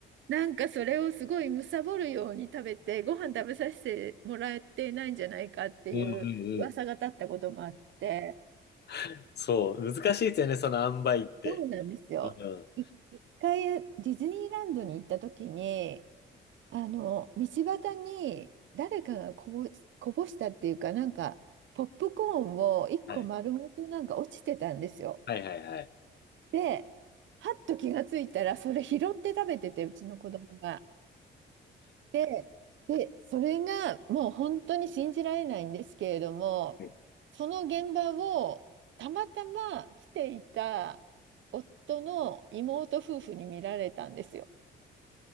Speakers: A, on the right (about 70°); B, on the left (about 55°).
A: なんかそれをすごい貪るように食べて、ご飯食べさせてもらえてないんじゃないかっていう噂が立ったこともあって、
B: うんうんうん。<laughs> そう、難しいですよね、その塩梅って。
A: そうなんですよ。
B: うん。
A: い一回ディズニーランドに行った時に、あの、道端に誰かがこぼし、こぼしたっていうか、なんか、ポップコーンを一個丸ごとなんか落ちてたんですよ。
B: はい。はいはいはい。
A: で、はっと気がついたら、それ拾って食べてて、うちの子供が。で、で、それがもう本当に信じられないんですけれども、
B: <laughs>
A: その現場をたまたま来ていた夫の妹夫婦に見られたんですよ。